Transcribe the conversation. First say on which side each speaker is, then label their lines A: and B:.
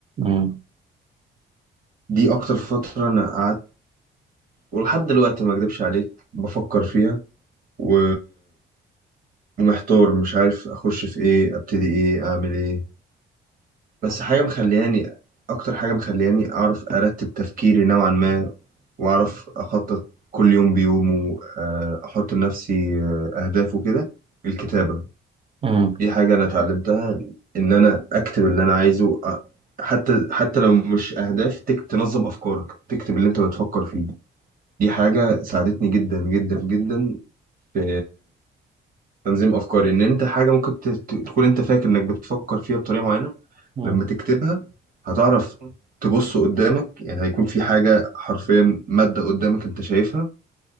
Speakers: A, on the right; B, on the right.
A: امم
B: دي اكتر فترة انا قعدت ولحد دلوقتي ما اكدبش عليك بفكر فيها و... ومحتار مش عارف اخش في ايه ابتدي ايه اعمل ايه بس حاجة مخلياني اكتر حاجة مخلياني اعرف ارتب تفكيري نوعا ما واعرف اخطط كل يوم بيومه آه، احط لنفسي آه، اهداف وكده الكتابه
A: امم
B: دي حاجه انا اتعلمتها ان انا اكتب اللي انا عايزه أ- حتى حتى لو مش اهداف تك تنظم افكارك تكتب اللي انت بتفكر فيه دي حاجه ساعدتني جدا جدا جدا في تنظيم افكاري ان انت حاجه ممكن ت- ت- تكون انت فاكر انك بتفكر فيها بطريقه معينه
A: أمم.
B: لما تكتبها هتعرف تبص قدامك يعني هيكون في حاجه حرفيا ماده قدامك انت شايفها